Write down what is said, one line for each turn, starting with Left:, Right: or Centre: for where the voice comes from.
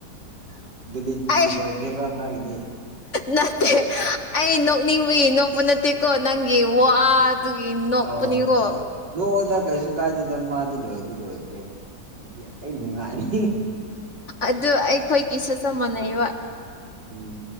Right: ꯚꯦꯂꯤꯗꯤꯇꯤ
Left: ꯑꯩ
Right: ꯂꯣꯏꯈ꯭ꯔꯦꯕ ꯃꯥꯒꯤꯗꯤ
Left: ꯅꯠꯇꯦ ꯑꯩ ꯅꯣꯛꯅꯤꯡꯕꯒꯤ ꯅꯣꯛꯄ ꯅꯠꯇꯦꯀꯣ ꯅꯪꯒꯤ ꯋꯥ ꯗꯨꯒꯤ ꯅꯣꯛꯄꯅꯤꯀꯣ
Right: ꯑꯧ ꯅꯣꯛꯑꯣꯗ ꯀꯩꯖꯨ ꯀꯥꯏꯗꯦꯗ ꯃꯥꯗꯤ ꯂꯣꯏꯗꯤ ꯂꯣꯏꯈ꯭ꯔꯦ ꯑꯩꯗꯤ ꯑꯩ ꯅꯨꯡꯉꯥꯏꯔꯤ
Left: ꯑꯗꯨ ꯑꯩꯈꯣꯏꯒꯤꯁꯨ ꯆꯞ ꯃꯥꯟ ‌ꯥꯅꯩꯕ
Right: ꯎꯝ